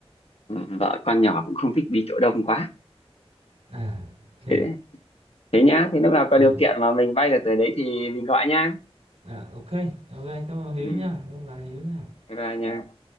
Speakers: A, on the left; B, on the right.
A: ừ, vợ con nhỏ cũng không thích đi chỗ đông quá.
B: À, OK.
A: Thế, thế nhá. Thế lúc nào có
B: À,
A: điều kiện mà mình bay được tới đấy thì mình gọi nhá.
B: à, OK, OK, cảm ơn Hiếu
A: Ừ,
B: nha, cảm ơn bạn Hiếu nha.
A: bye bye nha.